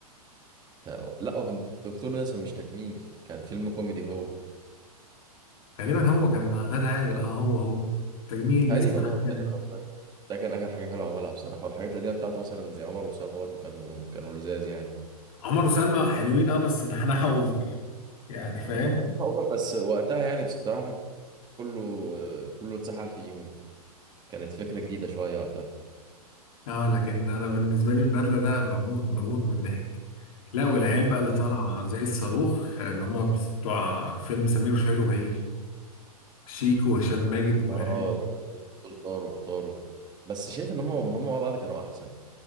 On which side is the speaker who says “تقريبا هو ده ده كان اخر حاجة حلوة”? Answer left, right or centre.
Right